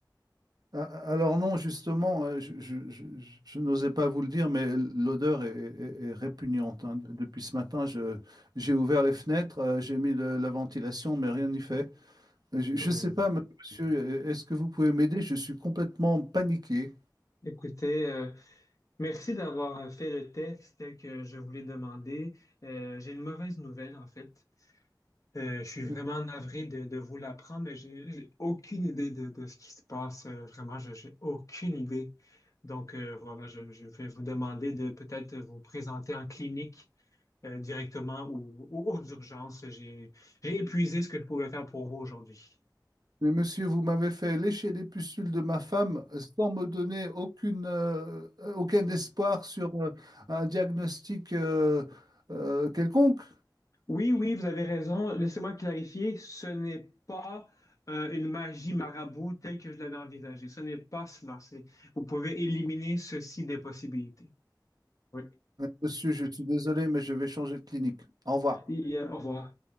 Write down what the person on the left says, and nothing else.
Hmm.
Écoutez, euh, merci d'avoir fait le test que je voulais demander. Euh, j'ai une mauvaise nouvelle, en fait. Euh, je suis vraiment
navré de, de vous l'apprendre, mais j'ai j'ai aucune idée de, de ce qui se passe. Euh, vraiment, je- j'ai aucune idée. Donc, euh, voilà, je, je vais vous demander de peut-être vous présenter en clinique euh, directement ou, ou aux urgences. J'ai, j'ai épuisé ce que je pouvais faire pour vous aujourd'hui.
Oui, oui, vous avez raison. Laissez-moi clarifier, ce n'est pas euh, une magie marabout telle que je l'avais envisagée. Ce n'est pas cela. C'est, vous pouvez éliminer ceci des possibilités. Oui.
Et euh, au revoir.